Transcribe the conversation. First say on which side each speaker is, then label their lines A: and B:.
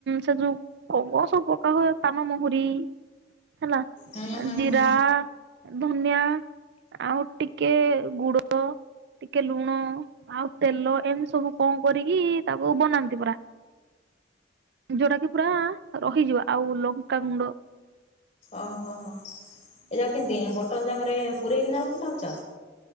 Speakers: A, on the right; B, on the left.
A: ସେ ଯୋଉ କଣ ସବୁ ପ୍ରକା ହୁଏ କାନମହୁରି ହେଲା
B: ହୁଁ ହୁଁ
A: ଜିରା
B: ହୁଁ
A: ଧନିଆ ଆଉ ଟିକେ ଗୁଡ ଟିକେ ଲୁଣ ଆଉ ତେଲ ଏମିତି ସବୁ କଣ କରିକି ତାକୁ ବନାନ୍ତି ପୁରା ଯୋଉଟା କି ପୁରା ରହିଯିବ ଆଉ ଲଙ୍କା ଗୁଣ୍ଡ
B: ଓହୋହୋ ଏ ଯାାଉ କେମତି ବୋଟଲ ଜାଗାରେ ପୂରେଇକିନା ର ଥାଉଛ।